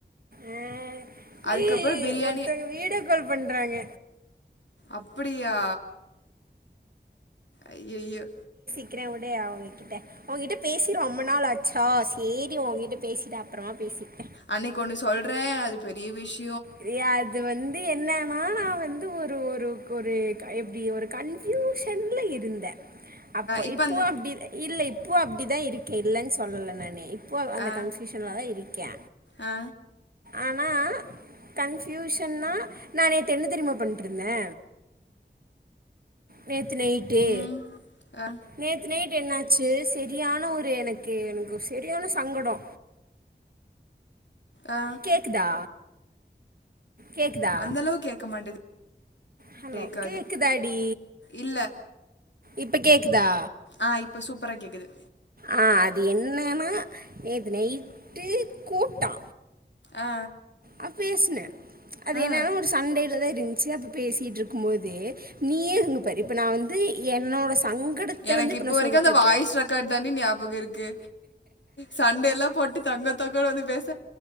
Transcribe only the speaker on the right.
ஆ நீ
ஒருத்தங்க வீடியோ கால் பண்றாங்க
வக்கிறே உடு அவுங்ககிட்ட ஒங்ககிட்ட பேசி ரொம்ப நாள் ஆச்சா செரி ஒங்கிட்ட பேசிவிட்டு அப்றோமா பேசிவிட்
ரியா அது வந்து என்ன நானா வந்து ஒரு ஒரு ஒரு எப்டி ஒரு கன்பியூஷன்ல இருந்தே அப்போ
இப்பவு
அப்டி இல்ல இப்பவு அப்டிதா இருக்கே இல்லன்னு சொல்லல நானே இப்போ அந்த
கன்ஃப்யூஷன்லதா இருக்கே
ஆனா கன்ஃபியூஷன்னா நா நெத்து தெரும்மா பண்ட்டு இருந்தே நேத்து நைட்டே
நேத் நைட் என்னாச்சு செரியான ஒரு எனக்கு எனக்கு செரியான சங்கடொ
கேக்குதா கேக்குதா
ஹலோ
கேக்குதா டீ
இப்ப கேக்குதா
ஆ அது என்னன்னா நேத்து நைட்டு கூப்டா
அ பேசுனே அது
என்னனா ஒரு சண்டையில தான் இருன்சு அப்ப பேசீட்ருக்கும் போது நீயே இங்க பாரு இப்ப நா வந்து என்னோட சங்கடத்தை
வந்து இப்போ
நான்
சொல்லிட்டு
இருக்கேன்